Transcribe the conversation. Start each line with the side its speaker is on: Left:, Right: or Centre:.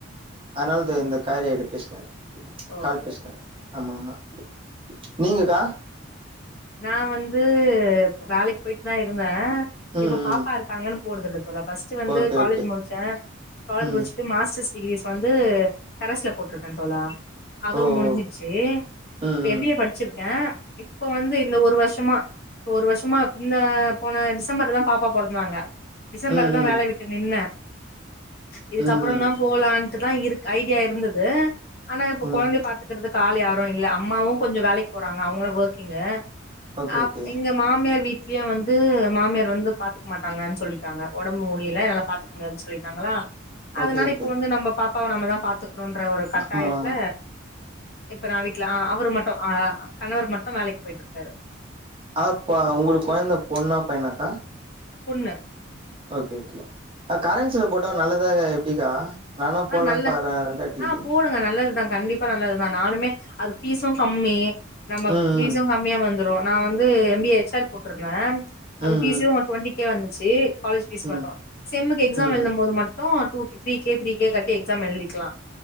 Right: அதுனால் தா இந்த காரியா இது பேசினுகுறே
Left: ஓகே
Right: கால் பேசுன
Left: ஓகே
Right: ஆமாமா நீங்கக்கா?
Left: நா வந்து வேலைக்கு போயிட்டுதா இருந்த
Right: ம்
Left: இப்ப
Right: ம்
Left: பாப்பா இருக்காங்கன்னு போறதில்லா தோழா ஃபர்ஸ்ட் வந்து
Right: ஓகே
Left: காலேஜ்
Right: ஓகே
Left: முடிச்சே காலேஜ்
Right: ம்
Left: முடிச்சிட்டு மாஸ்டர்ஸ் டிகீரிஸ் வந்து கரசுல போட்ருக்கே தோழா அதுவு
Right: ஓ ஓ
Left: முடிஞ்சிச்சி
Right: ம்
Left: இப்ப எம்பிஏ படிச்சிருக் கே இப்ப வந்து இந்த ஒரு வருஷமா இப்போ ஒரு வருஷமா இந்த போன டிசம்பர்லதா பாப்பா பொறந்தாங்க டிசம்பர்தா
Right: ம் ம் ம்
Left: வேலை விட்டு நின்ன இதுக்கப்புறோதா
Right: ம்
Left: போலான் த்துதா இருக் ஐடியா இருந்தது ஆனா இப்ப
Right: ம்
Left: கொழந்தைய
Right: ம்
Left: பாத்துக்கறது தால் யாரு இல்ல அம்மாவு கொஞ்சோ வேலைக்கு போறாங்க அவங்களு ஓக்கிங்கு
Right: ஓகே
Left: அப்
Right: ஓகே
Left: எங்க மாமியார் வீட் டிலியா வந்து மாமியார் வந்து பாத்துக்க மாட்டாங்கன்னு சொல்லிட்டாங்க ஒடம்பு முடியல என்னால பாத்துக்க முடியாதுன்னு சொல்லிட்டாங்களா
Right: ஓகே
Left: அதனால
Right: ஓகே
Left: இப்ப வந்து நம்ம பாப் ப்பாவ நம்மதா பாத்து க்கணுன்ற ஒரு கட்டாயத்துல
Right: ஆமா
Left: இப்ப நா வீட்ல அ அவர் மட்டு அ கணவர் மட்டு வேலைக்கு போயிட்டுக்காரு
Right: அப்பா உங்களுக்கு கொழந்த பொண்ணா பையனாக்கா
Left: பொண்ணு
Right: ஓகே ஓகே கரன்ஸ்ல போட்ட நல்லதா எப்பிடிக்கா நானு
Left: ஆ
Right: போலன்னு
Left: நல்ல
Right: பாக்றே ரெண்டாது டிகிரி
Left: ஆ போடுங்க நல்லதுதா கண்டிப்பா நல்லது நா நானுமே அது பீஸும் கம்மி நம்ம
Right: ம்
Left: பீஸும் கம்மியா வந்துரு நா வந்து எம்பிஏ ஹெச் ஆர் போட்டுருந்தே அது
Right: ம்
Left: பீசிம் ஒன்டொன்டிக்கே வந்து ச்சி காலேஜ் பீஸ்
Right: ந ம்
Left: மட்டு செம்முக்கு எக்ஸாம்
Right: ம் ம்
Left: எழுது போது மட்டு டு த்ரீ கே கே கட்டி எக்ஸாம் எழுதிக்கலா